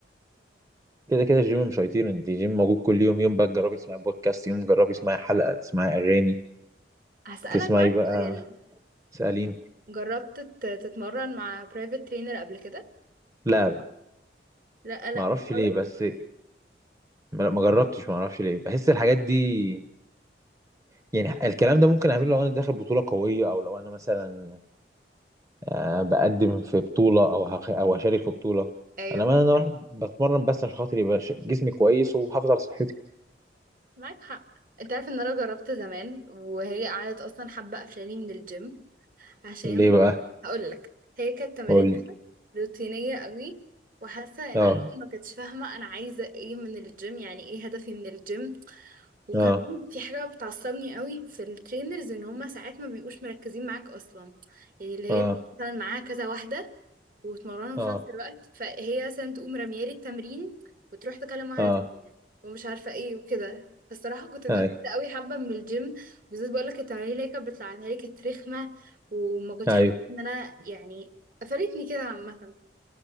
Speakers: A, on the right (about 20°); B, on the right (about 50°).
A: كده كده الجيم مش هيطير انت الجيم موجود كل يوم يوم بقى تجربي تسمعي بودكاست يوم جربي تسمعي حلقة تسمعي أغاني
B: هسألك
A: تسمعي
B: بقى
A: بقى
B: سؤال
A: سألين
B: جربت تت- تتمرن مع برايفت ترينر قبل كده
A: لا لا
B: لا لا
A: ما اعرفش
B: خالص
A: ليه بس ما ما جربتش ما اعرفش ليه بحس الحاجات دي يعني الكلام ده ممكن اعمله لو انا داخل بطولة قوية او لو انا مثلا آه، بقدم في بطولة او هخ- او هشارك في بطولة
B: ايوه
A: انا ما
B: فاهمك.
A: انا واحد بتمرن بس عشان خاطر يبقى ش- جسمي كويس وحافظ على صحتي
B: معاك حق انت عارف ان انا جربت زمان وهي قعدت اصلا حابه قفشاني من الجيم عشان
A: ليه بقى
B: هقول لك هي كانت تمارينها
A: قول لي
B: روتينيه قوي وحاسه ان
A: اه
B: هي ما كانتش فاهمه انا عايزه ايه من الجيم يعني ايه هدفي من الجيم وكمان
A: اه
B: في حاجه بتعصبني قوي في الترينرز ان هم ساعات ما بيبقوش مركزين معاك اصلا يعني اللي هي
A: اه
B: مثلا معاها كذا واحده وتمرنهم
A: اه
B: في نفس الوقت فهي مثلا تقوم رميالي التمرين وتروح تكلم واحدة
A: اه
B: تانية ومش عارفة ايه وكده فالصراحة كنت اتقفلت
A: اي
B: قوي حبة من الجيم بالذات بقولك التمارين اللي هي كانت بتلعبها لي كانت رخمة وما كنتش
A: ايوه
B: حاسة ان انا يعني قفلتني كده عامة